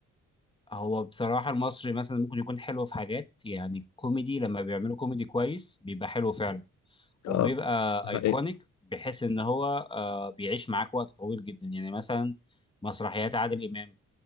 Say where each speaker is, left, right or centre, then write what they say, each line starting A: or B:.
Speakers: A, on the left (about 15°); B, on the left (about 65°).
A: هو بصراحة المصري مثلا ممكن يكون حلو في حاجات يعني كوميدي لما بيعملوا كوميدي كويس بيبقى حلو فعلا
B: اه
A: وبيبقى
B: ده حقيقة
A: ايكونيك بحيث ان هو آه، بيعيش معاك وقت طويل جدا يعني مثلا مسرحيات عادل امام